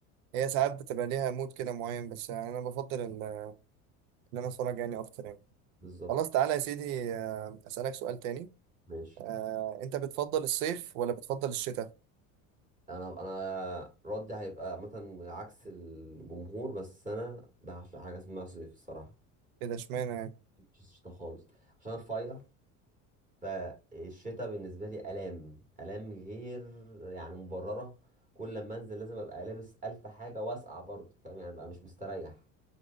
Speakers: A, on the right; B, on the right.
A: هي ساعات بتبقى ليها مود كده معين بس يعني انا بفضل ال- ان انا اتفرج يعني اكتر يعني
B: بالظبط
A: خلاص تعالى يا سيدي آه، أسألك سؤال تاني
B: ماشي
A: آه، أنت بتفضل الصيف ولا بتفضل الشتاء؟
B: انا انا ردي هيبقى مثلا عكس الجمهور بس انا بعشق حاجه اسمها صيف الصراحه
A: كده اشمعنى يعني؟
B: مش الشتا خالص عشان أنا رفيع فالشتا بالنسبه لي الام الام غير يعني مبرره كل لما انزل لازم ابقى لابس الف حاجه واسقع برضه فاهم يعني ابقى مش مستريح